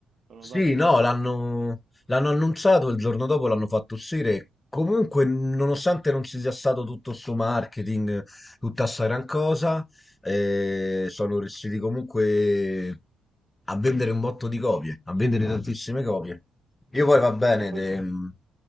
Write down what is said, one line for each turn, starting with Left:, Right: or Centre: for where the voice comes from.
Right: L'ho
Left: Sì,
Right: notata
Left: no,
Right: sta cosa.
Left: l'hanno l'hanno annunciato, il giorno dopo l'hanno fatto uscire. Comunque, nonostante non ci sia stato tutto sto marketing, tutta sta gran cosa, eh, sono riusciti comunque a vendere un botto di copie, a vendere tantissime copie. Io poi va bene,
Right: Che poi...
Left: de- mhmm,